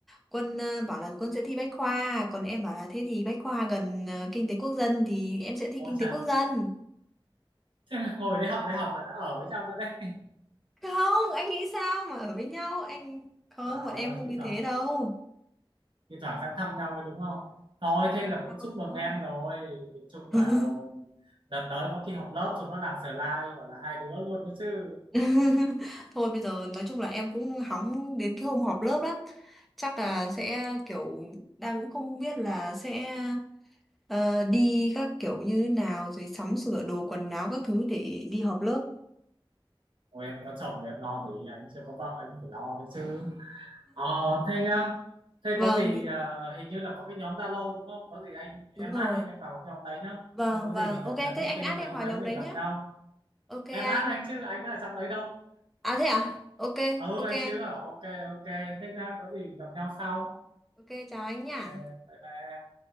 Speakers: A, in the centre; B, on the right (about 60°).
A: Quân ờ, bảo là Quân sẽ thi Bách khoa, còn em bảo là thế thì Bách khoa gần ờ, Kinh tế Quốc dân thì em sẽ thi
B: Ôi
A: Kinh tế
B: chà,
A: Quốc dân.
B: thế là hồi đấy học đại học là đã ở với nhau rồi đấy.
A: Không, anh nghĩ sao mà ở với nhau, anh không,
B: À,
A: bọn em không
B: thi
A: như
B: thoảng,
A: thế đâu.
B: thi thoảng sang thăm nhau đấy đúng không? Thôi thế
A: Làm
B: là cũng
A: nhau
B: chúc
A: thôi.
B: mừng em rồi. Nhìn chung
A: <laughs>
B: là đợt tới có khi họp lớp chúng nó làm slide gọi là hai đứa luôn đấy chứ.
A: <laughs> Thôi bây giờ nói chung là em cũng hóng đến cái hôm họp lớp lắm. Chắc là sẽ kiểu đang cũng không biết là sẽ ờ, đi các kiểu như thế nào rồi sắm sửa đồ quần áo các thứ để đi họp lớp.
B: Ôi em có chồng thì em lo gì, anh chưa có vợ anh phải lo đấy chứ. Ờ thế nhá, thế
A: Vâng,
B: có gì ờ, hình như là có cái nhóm Zalo đúng không? Có gì anh em
A: đúng rồi.
B: mát anh anh vào cái nhóm đấy nhá.
A: Vâng,
B: Xong có gì
A: vâng.
B: mình
A: Ok,
B: cập nhật
A: thế
B: thông
A: anh
B: tin
A: add
B: rồi
A: em
B: hôm
A: vào
B: đấy
A: nhóm
B: mình
A: đấy
B: gặp
A: nhá.
B: nhau.
A: Ok anh.
B: Em mát anh chứ anh đã ở trong đấy đâu.
A: À thế à? Ok,
B: ừ
A: ok
B: anh
A: anh.
B: Sứ à ok ok thế nhá có gì gặp nhau sau
A: Ok, chào anh nhá.
B: Ờ, bye bye em.